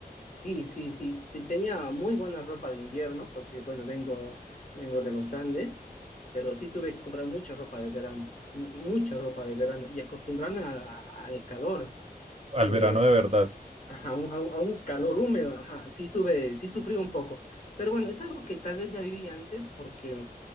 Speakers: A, on the left; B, on the right.
A: sí, sí, sí. sí, te- Tenía muy buena ropa de invierno, porque bueno, vengo, vengo de los Andes, pero sí tuve que comprar mucha ropa de verano, mu- mucha ropa de verano, y acostumbrarme a la- al calor,
B: Al
A: que,
B: verano de verdad.
A: ajá, a un- a, un a un calor húmedo, ajá, sí tuve, sí sufrí un poco. Pero bueno, es algo que tal vez ya viví antes, porque